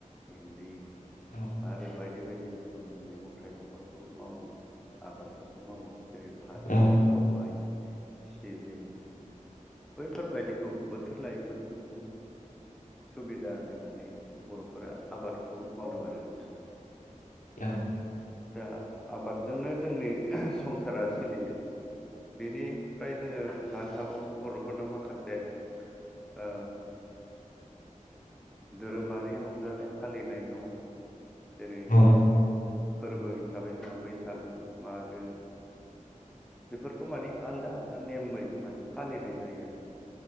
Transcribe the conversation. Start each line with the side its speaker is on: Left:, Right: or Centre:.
Centre: भेन्दि
Left: औ
Centre: आरो बायदि बायदि रोखोमनि मैगं थाइगंफोरखौ मावो आबादफोरखौ मावो जेरै फाथो फाथो
Left: औ
Centre: सबाय सिबिं बैफोरबायदिखौ बोथोर लायो बोथोर माने सुबिदा नायनानै बर'फोरा आबादखौ मावो आरो नोंथां
Left: ए
Centre: दा आबादजोंनो जोंनि संसारा सोलियो बिनिफ्राय जोङो लानो हाबावो बर'फोरनाव माखासे ओ धोरोमारि रंजानाय फालिनाय दङ जेरै
Left: औ
Centre: फोरबो हिसाबै जोंहा बैसागु मागो बेफोरखौ माने आलदा आलादा नेमै माने फालिनाय जायो आरो